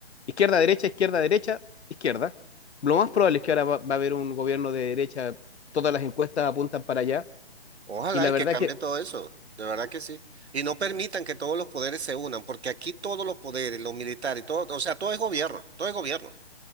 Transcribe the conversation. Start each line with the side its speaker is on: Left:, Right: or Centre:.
Left: izquierda, derecha, izquierda, derecha, izquierda. Lo más probable es que ahora va, va a haber un gobierno de derecha, todas las encuestas apuntan para allá,
Right: Ojalá
Left: y la
Right: y
Left: verdad
Right: que cambie
Left: que
Right: todo eso, de verdad que sí. Y no permitan que todos los poderes se unan, porque aquí todos los poderes, los militares, todo, o sea, todo es gobierno, todo es gobierno.